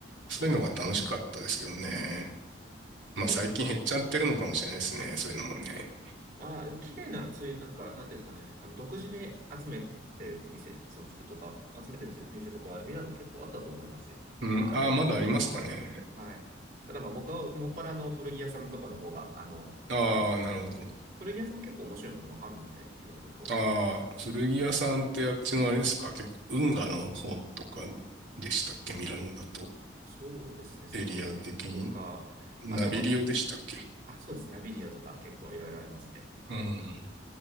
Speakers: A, on the right (about 45°); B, on the right (about 75°).
A: そうなんです。
B: そういうのが楽しかったですけどね。まあ、
A: そうなんです。
B: 最近減っちゃってるのかもしれないですね、そういうのもね。
A: ああ、でも綺麗な、そういう、なんか、なんていうんですかね、あの、独自で集めてる店、その服とか、集めてる店、店とかは、ミラノ結構あったと思いますよ。
B: うん、
A: まあ、
B: ああ、
A: あの、
B: まだありますかね。
A: はい。ただまあ、僕はもっぱらの古着屋さんとかの方が、あの、
B: ああ、
A: まあ、
B: なるほど。
A: あれなんですけど、古着屋さんも結構面白いものはあるので、いろいろと。
B: ああ、古着屋さんってあっちのあれですか結構、運河の方とかでしたっけミラノだと。
A: そうですね、その辺とか、
B: エリア的に。ナビリオでしたっけ
A: あと、まあ、あ、そうです、ナビリアとか結構いろいろありますね。
B: うん。